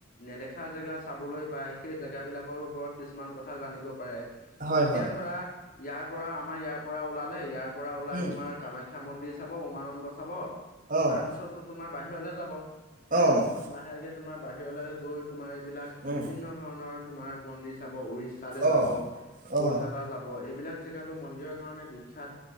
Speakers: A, on the left; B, on the right.
A: নেদেখা জেগা চাবলৈ পাই সেই জেগাবিলাকৰ ওপৰত কিছুমান কথা জানিব পাৰে।
B: হয়
A: এতিয়া
B: হয়
A: ধৰা ইয়াৰ পৰা আমাৰ ইয়াৰ পৰা ওলালে, ইয়াৰ পৰা ওলাই
B: উম
A: তোমাৰ- কামাখ্যা মন্দিৰ চাব উমানন্দ চাব তাৰপিছতো
B: অ
A: তোমাৰ বাহিৰলৈ যাব।
B: অ',
A: তাৰপিছত- পিছত লাহেকে তোমাৰ বাহিৰলৈ গৈ তোমাৰ এইবিলাক
B: উম।
A: বিভিন্ন ধৰণৰ তোমাৰ মন্দিৰ চাব উৰি- তালে
B: অ',
A: যাব,
B: অ',
A: কলকাতা যাব এইবিলাক জেগাতো মন্দিৰৰ কাৰণে বিখ্যাত।